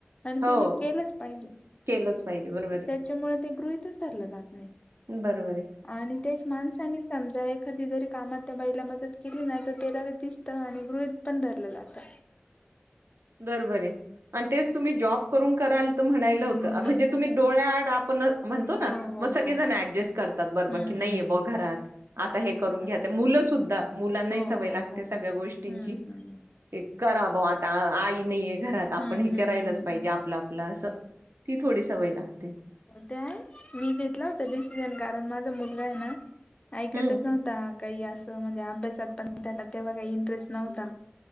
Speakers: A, on the left; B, on the right.
A: आणि
B: हो
A: तिने केलंच पाहिजे.
B: केलंच पाहिजे बरोबर आहे,
A: त्याच्यामुळे ते गृहितच धरलं जात नाही,
B: बरोबर आहे.
A: आणि तेच माणसाने समजाय कधीतरी कामात त्या बाईला मदत केली ना, त ते लगेच दिसतं आणि गृहित पण धरलं जातं.
B: बरोबरे, आणि तेच तुम्ही जॉब करून कराल, म्हणायला
A: हम्म
B: होतं, म्हणजे
A: हम्म.
B: तुम्ही डोळ्या आड आपण म्हणतो
A: हो
B: ना.
A: हो
B: मग सगळे
A: हो
B: जण ऍडजस्ट करतात, बरबर
A: हम्म
B: की नाहीय बा घरात.
A: हम्म
B: आता
A: हा
B: हे
A: हा
B: करून
A: हा
B: घ्या, मुलं सुद्धा, मुलांनाही
A: हो
B: सवय
A: हो
B: लागते,
A: हो.
B: सगळ्या गोष्टींची.
A: हम्म हम्म
B: हे करा बा आता, आई नाहीय घरात, आपण
A: हम्म
B: हे
A: हम्म
B: करायलच
A: हम्म.
B: पाहिजे आपलं आपलं असं, ती थोडी सवय लागते.
A: ते आहे मी घेतलं होत डिसिजन, कारण माझा मुलगाय ना ऐकतच
B: हं
A: नव्हता. काही असं, म्हणजे अभ्यासात पण त्याला तेव्हा काही इंटरेस्ट नव्हता.